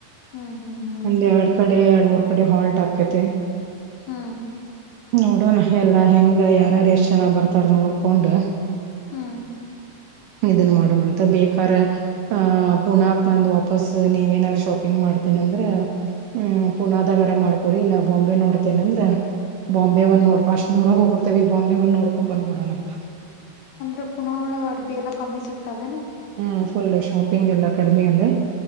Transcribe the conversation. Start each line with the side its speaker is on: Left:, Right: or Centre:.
Left: ಹ್ಮ್ ಹ್ಮ್ ಬಾ
Right: ಒಂದ್ ಎರಡ್ ಕಡೆ ಎರಡು ಮೂರ್ ಕಡೆ ಹಾಲ್ಟ್ ಹಾಕ್ಯತೆ.
Left: ಹ್ಮ
Right: ನೋಡೋಣ ಎಲ್ಲಾ ಹೆಂಗ ಯಾರಾರು ಎಷ್ಟ್ ಜನ ಬರ್ತಾರ ನೋಡ್ಕೊಂಡ್.
Left: ಹ್ಮ
Right: ಇದನ್ ಮಾಡೋಣಂತ ಬೇಕಾರೆ. ಆ್ ಪುಣಕ್ ಬಂದ ವಾಪಸ್ ನೀವ ಏನಾದಾರು ಶಾಪಿಂಗ್ ಮಾಡ್ - ಅಂದ್ರ ಹ್ಮ್ ಪುನಾದಗರ ಮಾಡ್ಕೊರಿ ಇಲ್ಲ ಬಾಂಬೆ ನೋಡ್ತೇನ ಅಂದ್ರ. ಬಾಂಬೆ ಬಂದ ನೋಡ್ಕೊ ಅಷ್ಟು ದೂರ ಹೋಗಿರ್ತವಿ ಬಾಂಬೆ ಒಂದ ನೋಡ್ಕೊ ಬ್ಬಿಡಣ ಅಂತ.
Left: ಅಂದ್ರೆ ಪುನ ಒಳ ಅರ್ಬಿ ಎಲ್ಲಾ ಕಮ್ಮಿ ಸಿಕ್ತವೆನಾ.
Right: ಹ್ಮ್ ಫುಲ್ ಶಾಪಿಂಗ್ ಎಲ್ಲ ಕಡಿಮೆ ಅಲ್ಲೇ